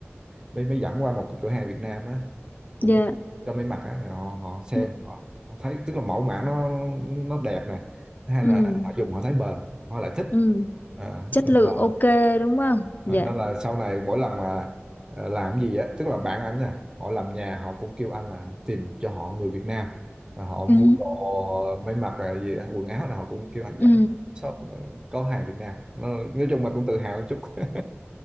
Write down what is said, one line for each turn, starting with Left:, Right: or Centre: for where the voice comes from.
Right: mới mới dẫn qua một cái cửa hàng Việt Nam á cũng
Left: dạ
Right: cho may mặc á thì họ họ xem
Left: ừ
Right: họ, họ thấy tức là mẫu mã nó nó đẹp nè Thứ hai
Left: ừ
Right: là họ dùng họ thấy bền họ lại thích
Left: ừ
Right: à,
Left: chất
Right: nên
Left: lượng
Right: là
Left: ok đúng không dạ
Right: nên là sau này mỗi lần mà ờ, làm cái gì á tức là bạn anh nè họ làm nhà họ cũng kêu anh là tìm cho họ người Việt Nam và họ mua
Left: ừ
Right: đồ may mặc là gì á, quần áo là họ cũng kêu anh
Left: ừ
Right: dẫn shop ờ, có hàng Việt Nam nó, nói chung mình cũng tự hào một chút <laughs>